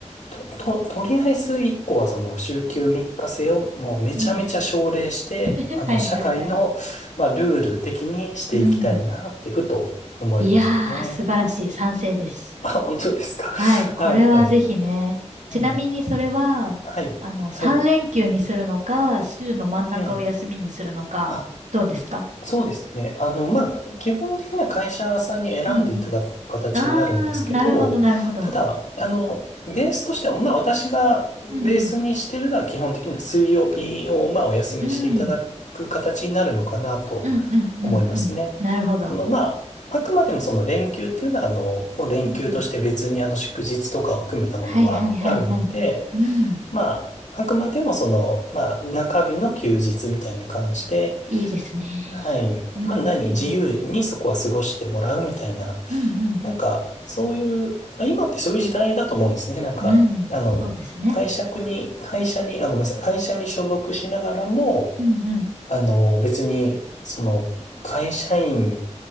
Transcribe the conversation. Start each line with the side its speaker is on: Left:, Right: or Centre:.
Left: と、と、とりあえず一個はその週休3日制をもうめちゃめちゃ奨励して、
Right: うん。<laughs>
Left: あの、
Right: はいはいはい。
Left: 社会の、まあ、ルール的にしていきたいなってふと思いましたね。
Right: うん。いやー、素晴らしい。賛成です。
Left: あ、本当ですか。
Right: はい。これはぜひね。
Left: <laughs> はい。
Right: ちなみにそれは、
Left: ええはい。
Right: あの、3連休にするのか、
Left: はい。
Right: 週の真ん中を休みにするのか、
Left: ええあ
Right: どうですか
Left: そうですね。あの、まあ、
Right: うん
Left: 基本的には会社さんに選んでいただく形になるんですけど、
Right: うんうん。あー、なるほどなるほど。
Left: ただ、あの、ベースとしては、まあ、私がベースにしてるのは基本的には水曜日を、
Right: うんうん。
Left: まあ、お休みしていただく形になるのかなと
Right: うん。うんうんうんうん。
Left: 思いますね。
Right: なるほど。
Left: あの、まあ、あくまでもその連休っていうのは、あの、もう連休として別にあの祝日とかを含めたものはあるので、
Right: うんうん。はいはいはいはい。うん。
Left: まあ、あくまでもその、まあ、中日の休日みたいな感じで、
Right: いいですね。
Left: はい。
Right: うんうんうん。
Left: まあ何、自由にそこは過ごしてもらうみたいな。
Right: うん
Left: なんか、そういう、まあ今ってそういう時代だと思うんですね。なんか、
Right: うん。うん。
Left: あの、
Right: そうですね。
Left: 会社に、会社に、あ、ごめんなさい、会社に所属しながらも、
Right: うん
Left: あの、別に、その、会社員